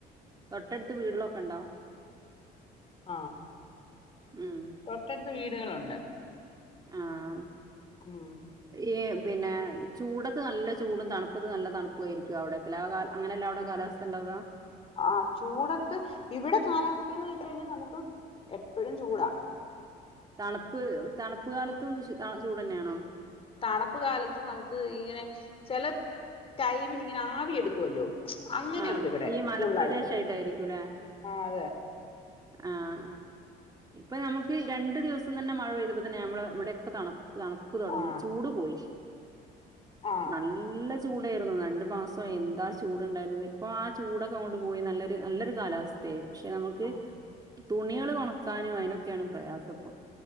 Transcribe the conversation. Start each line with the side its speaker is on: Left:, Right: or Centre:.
Right: തൊട്ടടുത്ത് വീടേളൊക്കെ ഉണ്ടോ.
Left: ആഹ്.
Right: ഉം
Left: തൊട്ടടുത് വീടുകളുണ്ട്.
Right: ആഹ്.
Left: ഉം
Right: ഏ പിന്നെ ചൂടത്ത് നല്ല ചൂടും, തണുപ്പത് നല്ല തണുപ്പായിരിക്കും അവിടെയൊക്കെ ആ അങ്ങനെല്ല അവിടെ കാലാവസ്ഥ. ഇണ്ടാവുക.
Left: ആഹ് ചൂടത്ത് ഇവിടെ കാലാവസ്ഥന്ന് വെച് കഴിഞ്ഞാൽ നമുക്ക്. എപ്പഴും ചൂടാ.
Right: തണുപ്പ് തണുപ്പ് കാലത്തും ചൂട് തന്നെയാണോ.
Left: തണുപ്പ് കാലത്ത് നമുക്ക് ഇങ്ങനെ ചെല ടൈമിൽങ്ങനെ ആവി എടുക്കുവല്ലോ. അങ്ങനെയുണ്ട്
Right: ആ
Left: ഇവിടെ
Right: ഈ മലപ്രദേശമായിട്ടായിരിക്കുംല്ലേ
Left: ഫുള്ളായിട്ട് ആ അതെ.
Right: ആഹ് ഹ് ഇപ്പൊ നമുക്ക് രണ്ടു ദിവസം തന്നെ മഴ പെയ്തപ്പോ തന്നെ ഞമ്മൾ ഇവിടെയൊക്കെ തണു തണു. പ്പ് തുടങ്ങി
Left: ആ
Right: ചൂട് പോയി.
Left: ആ
Right: നല്ല ചൂടായിരുന്നു രണ്ടു മാസം എന്താ ചൂട്. വിടെണ്ടനു ഇപ്പോ ആ ചൂടൊക്കെ അങ്ങോട്ടു പോയി നല്ലൊരു നല്ലൊരു കാലാവസ്ഥ. ദേ പക്ഷെ നമ്മുക്ക്
Left: ആ
Right: തുണികള് ഒണക്കാനും അതിനൊക്കെയാണ് പ്രയാസ ഇപ്പൊ.